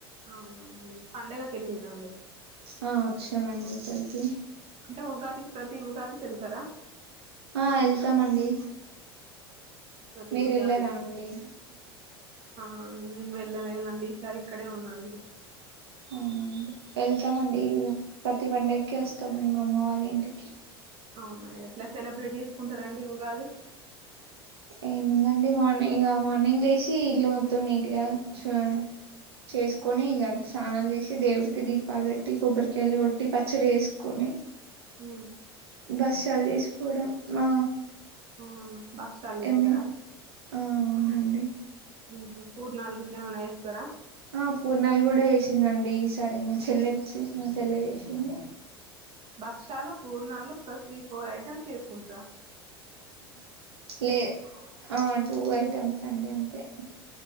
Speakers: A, on the right; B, on the right.
A: అవునఅండి పండగకి వెళ్ళిరా అండి
B: ఆ వచ్చినామండి ఇక్కడికి
A: అంటే ఉగాదికి ప్రతి ఉగాదికెళ్తారా
B: ఆ ఎళ్తామండి
A: ప్రతి
B: మీరు
A: ఉగాది
B: ఎళ్ళారా అండి
A: ఆ నేను వెళ్ళలేనండి ఈసారి ఇక్కడే ఉన్నా అండి
B: అవునండి వెళ్తామండి ఇ ఓ ప్రతి పండగకి వస్తాము మేం మా అమ్మ వాళ్ళ ఇంటికి
A: అవునా ఎట్లా సెలబ్రేట్ చేసుకుంటారండి ఉగాది
B: ఏముందండి మార్నింగ్ ఇగ మార్నింగ్ లేసి ఇల్లు మొత్తం నీట్గా చు చేసుకొని ఇగ స్నానాలు చేసి దేవుడికి దీపాలు పెట్టి కొబ్బరికాయలు కొట్టి పచ్చడి చెసుకొని
A: హు
B: బక్షలు చేసుకోవడం ఆ
A: అవునా భక్షాలు చేస్తారా
B: ఏమైనా ఆ అవునండి
A: మ్ హు పూర్ణలు గిట్ల ఏమన్నా చేస్తర
B: ఆ పూర్ణాలు కూడా వేసిందండి ఈసారి మా చెల్లె వచ్చి మా చెల్లె చెసింది
A: భక్ష్యాలు పూర్ణాలు క త్రీ ఫోర్ ఐటెమ్స్ చేసుకుంట్రా
B: లే ఆ టూ ఐటమ్స్ అండి అంతే